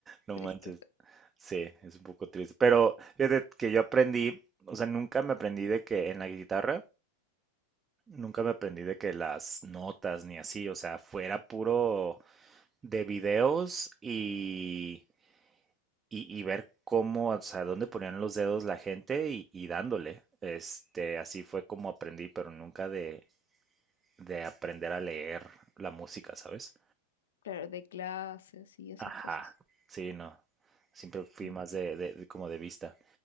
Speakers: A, on the right; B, on the left.
A: no
B: Triste.
A: manches. Sí, es un poco triste. Pero fíjate que yo aprendí, o sea, nunca me aprendí de que en la guitarra, nunca me aprendí de que las notas ni así, o sea, fuera puro de videos y, y, y ver cómo, o sea, dónde ponían los dedos la gente y, y dándole. Este, así fue como aprendí, pero nunca de, de aprender a leer la música, ¿sabes?
B: Claro, de clases y esas
A: Ajá,
B: cosas.
A: sí, no. Siempre fui
B: Entiendo.
A: más de, de- de como de vista.